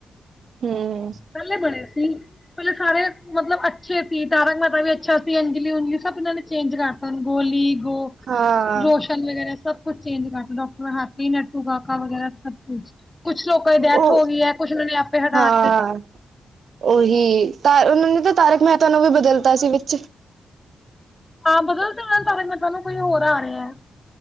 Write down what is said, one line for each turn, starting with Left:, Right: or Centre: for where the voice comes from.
Right: ਹਮ-
Left: ਪਹਿਲੇ ਬਣੇ ਸੀ ਪਹਿਲੇ ਸਾਰੇ ਮਤਲਬ ਅੱਛੇ ਸੀ ਤਾਰਕ ਮੇਹਤਾ ਵੀ ਅੱਛਾ ਸੀ ਅੰਜਲੀ ਉੰਜਲੀ ਸਭ ਇਹਨਾਂ ਨੇ ਚੇਂਜ ਕਰਤਾ! ਅ ਗੋਲੀ ਗੋ-
Right: ਹਾਂ-
Left: ਰੋਸ਼ਨ ਵਗੈਰਾ ਸਭ ਕੁਛ ਚੇਜ ਕਰ ਡਾਟਰ ਹ ਨੱਟੂ ਕਾਕਾ ਵਗੈਰਾ ਸਭ ਕੁਛ ਕੁਛ ਲੋਕਾਂ ਦੀ ਡੈਥ
Right: ਉਹ
Left: ਹੋ ਗਈ ਹੈ ਕੁਛ ਉਹਨਾਂ ਨੇ ਆਪੇ ਹਟਾ
Right: ਹਾਂ ਉਹੀ ਤ ਉਹਨਾਂ ਨੇ ਤਾਂ ਤਾਰਕ ਮਹਿਤਾ ਨੂੰ ਵੀ ਬਦਲਤਾ ਸੀ ਵਿੱਚ
Left: ਹਾਂ ਬਦਲਦੇਡੇ ਮਤਲ ਕੋਈ ਹੋਰ ਆ ਰਿਹਾ ਹੈ